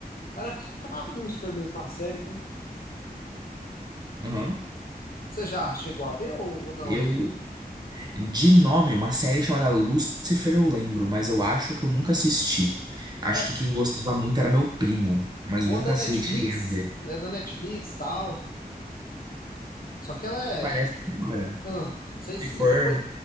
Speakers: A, on the left; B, on the right.
A: era que chamava Lucifer mesmo a série, né?
B: aham.
A: Você já chegou a ver ou, ou não
B: Eu,
A: ainda?
B: de nome, uma série chamada Lucifer eu lembro, mas eu acho que eu nunca assisti. Acho
A: É, é
B: que quem gostava muito era meu primo, mas eu
A: uma
B: nunca
A: da
B: assi-
A: Netflix,
B: cheguei a ver.
A: ela é da Netflix e tal, só que ela é,
B: Parece que hora.
A: ah, não sei se
B: Se for,
A: depois